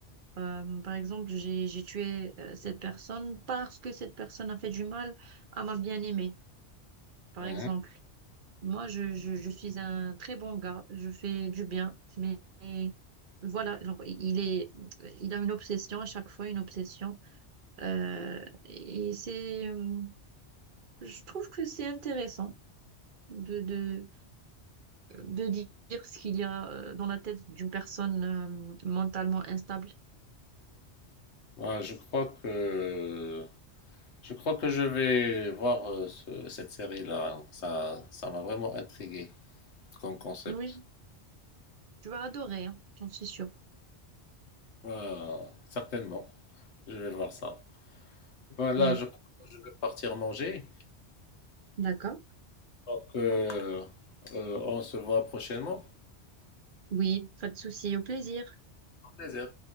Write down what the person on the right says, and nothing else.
Euh, par exemple, j'ai, j'ai tué euh, cette personne parce que cette personne a fait du mal à ma bien-aimée, par
exemple. Moi, je, je, je suis un très bon gars, je fais du bien, mais, mais voilà, genre, il est, il a une obsession à chaque fois, une obsession. Euh, et c'est, euh, je trouve que c'est intéressant de, de, de dire ce qu'il y a euh, dans la tête d'une personne euh, mentalement instable.
Oui, tu vas adorer, hein, j'en suis sûre.
Oui,
d'accord.
Oui, pas de souci, au plaisir.